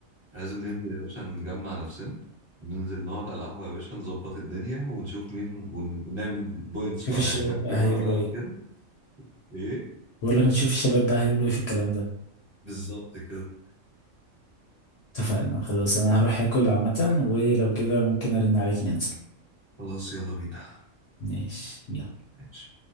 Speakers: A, on the right; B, on the left.
A: لازم ننزل يا باشا نجمع نفسنا ننزل نقعد على القهوة يا باشا نظبط الدنيا ونشوف مين ون- ونعمل بوينتس
B: شوف
A: بقى
B: الشباب
A: يعني فاهم
B: بقى
A: نجيب
B: هيقولوا
A: ورقة وقلم
B: ايه
A: كده ايه
B: بقول لك نشوف الشباب بقى هيقولوا ايه في الكلام ده
A: بالظبط كده
B: اتفقنا خلاص انا هروح اكل عامة ولو كده ممكن ارن عليك ننزل
A: خلاص يلا بينا
B: ماشي يلا
A: ماشي